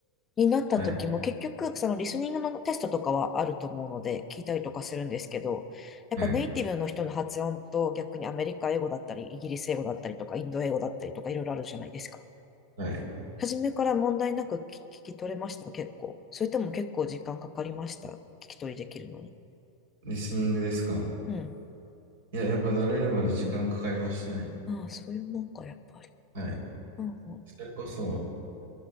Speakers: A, on the left; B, on the right.
A: になった時も結局、
B: はい。
A: そのリスニングのテストとかはあると思うので、聞いたりとかするんですけど、やっぱネイティブの人の発音と逆にアメリカ英語だったり、
B: はい。
A: イギリス英語だったりとか、インド英語だったりとか、いろいろあるじゃないですか。
B: はい。
A: 初めから問題なく聞聞き取れました、結構。それとも結構時間かかりました、聞き取りできるのに。
B: リスニングですか。
A: うん。
B: いや、やっぱ慣れるまで時間かかりましたね。
A: ああ、そういうもんか、やっぱり。
B: はい。
A: うん、うん。
B: それこそ、